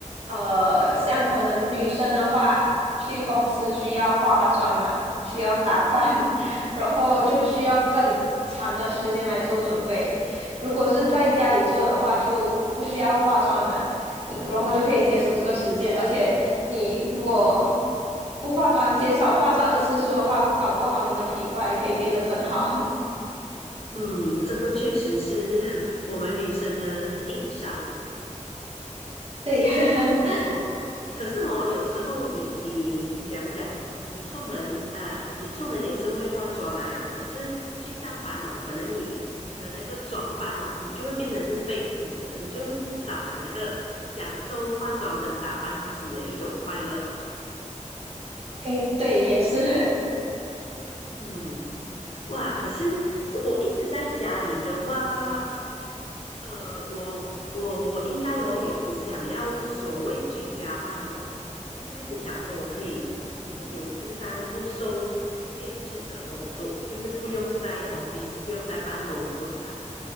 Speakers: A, on the right; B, on the left.
A: 呃，像可能女生的话，去公司需要化妆嘛，需要打扮，<laughs> 然后就需要更长的时间来做准备。如果是在家里做的话，就不需要化妆嘛，嗯，然后就可以节省这个时间。而且你如果不化妆，减少化妆的次数的话，搞不好你的皮肤还可以变得更好。<laughs>
B: 嗯，这个确实是 <laughs> 我们女生的那个硬伤。
A: 对，<laughs>
B: 那如果，可是哦，有时候你你你讲讲，你出门呃，你出门也是会化妆啊，可是去上班哦，可能你的那个装扮哦，你就会变成是被逼的，你就少了那个享受化妆跟打扮自己的一种快乐。
A: 诶，对，也是，
B: 嗯，哇，可是如果一直在家里的话，呃，我我我应该我也不想要所谓居家办公，应该是讲说我可以自由自在、不受限制的工作，就是不用在 office，不用在办公桌上。